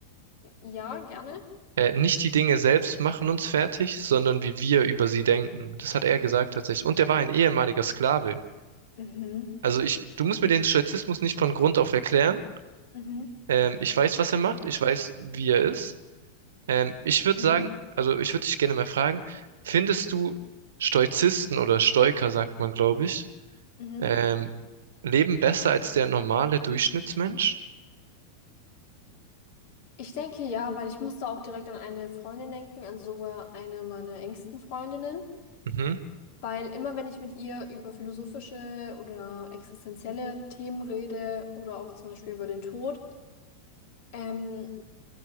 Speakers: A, on the left; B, on the right.
A: ja, gerne.
B: Äh, nicht die Dinge selbst machen uns fertig, sondern wie wir über sie denken. Das hat er gesagt tatsächlich. Und er war ein ehemaliger Sklave.
A: Mhm.
B: Also ich, du musst mir den Stoizismus nicht von Grund auf erklären.
A: Mhm,
B: Ähm, ich weiß, was er macht. Ich weiß, wie er ist. Ähm, ich würde
A: mhm,
B: sagen, also ich würde dich gerne mal fragen, findest du Stoizisten oder Stoiker, sagt man, glaube ich,
A: mhm.
B: ähm, leben besser als der normale Durchschnittsmensch?
A: Ich denke ja, weil ich musste auch direkt an eine Freundin denken, an sogar eine meiner engsten Freundinnen,
B: Mhm,
A: weil immer wenn ich mit ihr über philosophische oder existenzielle Themen rede oder auch zum Beispiel über den Tod, ähm,